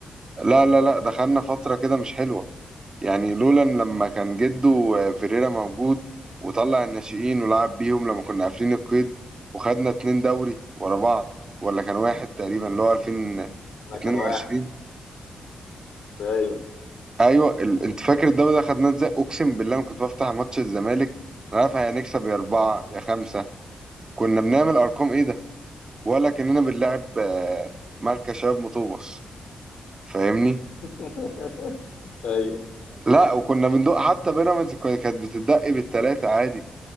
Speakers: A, on the right (about 35°); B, on the left (about 80°).
A: لا لا لا دخلنا فترة كده مش حلوة يعني لولا إن لما كان جده آه، فيريرا موجود وطلع الناشئين ولعب بيهم لما كنا قافلين القيد وخدنا اتنين دوري ورا بعض ولا كان واحد تقريبا اللي هو 2022
B: انا كان واحد ايوه
A: ايوه ال... انت فاكر الدوري ده خدناه ازاي اقسم بالله انا كنت بفتح ماتش الزمالك انا عارف هنكسب يا اربعه يا خمسه كنا بنعمل ارقام ايه ده ولا كاننا بنلعب آه، مركز شباب مطوبس فاهمني
B: <laughs> ايوه
A: لا وكنا بندق حتى بيراميدز كانت بتدق بالتلاته عادي